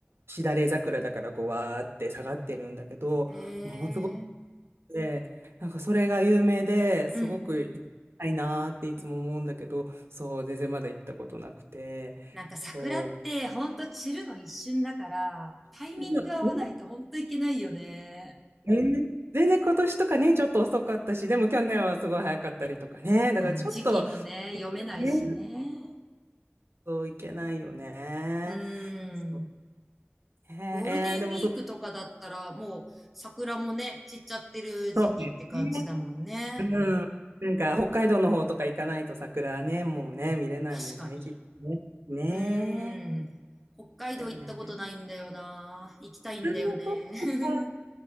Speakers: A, on the right (about 70°); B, in the centre.
A: しだれ桜だから、こう、わーって下がってるんだけど、
B: ええ
A: ものすごくて、なんかそれが有名ですごく行きたいなーっていつも思うんだけど、
B: うん。
A: そう、全然まだ行ったことなくて、
B: なんか桜ってほんと散るの一瞬だから、
A: そ
B: タイミング合わないとほんといけないよね。
A: う。ねえー全然今年とかね、ちょっと遅かったし、でも去年はすごい早かったりとかね、だからちょっと、
B: あ、時期もね、読めないしね。
A: ねそういけないよね。
B: う
A: そう
B: ん。
A: ねえーでもそ、
B: ゴールデンウィークとかだったらもう桜もね、散っちゃってる時期って感じだもんね。
A: そうですね。うん。なんか、北海道の方とか行かないと桜ね、もうね、見れないもんね、
B: 確かに。
A: きっとね。ね
B: うーん。北海道行ったことないんだよな。
A: え。だよね。
B: 行きたいんだよね。
A: あーそっ
B: <laughs>
A: か。